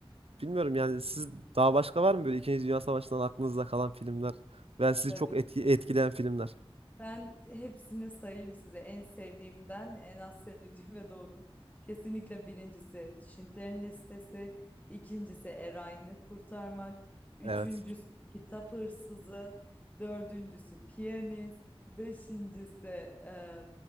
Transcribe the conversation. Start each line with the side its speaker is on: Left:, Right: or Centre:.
Right: bilmiyorum yani siz daha başka var mı böyle İkinci Dünya Savaşı'ndan aklınızda kalan filmler veya sizi
Left: tabii.
Right: çok etki, etkileyen filmler?
Left: Ben hepsini sayayım size. En sevdiğimden en az sevdiğime doğru. Kesinlikle birincisi Schindler'in Listesi. ikincisi Erayn'ı Kurtarmak. Üçüncüsü
Right: Evet.
Left: Kitap Hırsızı. Dördüncüsü Piyanist. Beşincisi e,